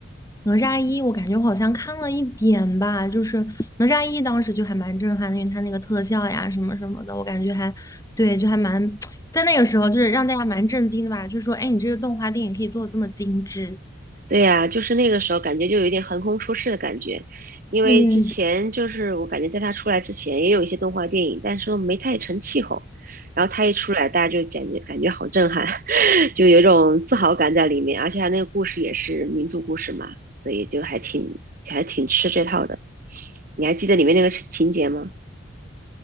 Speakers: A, on the left; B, on the right.
A: 哪吒一，我感觉我好像看了一点吧，就是哪吒一当时就还蛮震撼的，因为它那个特效呀什么什么的，我感觉还对，就还蛮 <tsk> 在那个时候就是让大家蛮震惊的吧，就是说，哎，诶你这个动画电影可以做的这么精致。
B: 对呀，就是那个时候感觉就有一点横空出世的感觉，因为之前就是我感觉在他出来之前也有一些动画电影，
A: 对对对，
B: 但是都没太成气候，然后他一出来，大家就感觉感觉好震撼，<laughs> 就有一种自豪感在里面，而且他那个故事也是民族故事嘛，所以就还挺还挺吃这套的。你还记得里面那个情节吗？